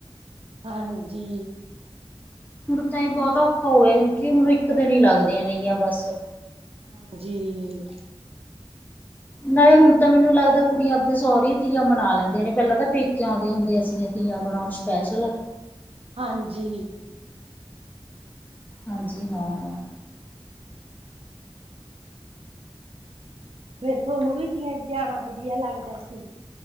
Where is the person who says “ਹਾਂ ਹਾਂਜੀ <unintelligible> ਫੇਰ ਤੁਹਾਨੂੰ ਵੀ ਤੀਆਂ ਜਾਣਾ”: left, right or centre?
Right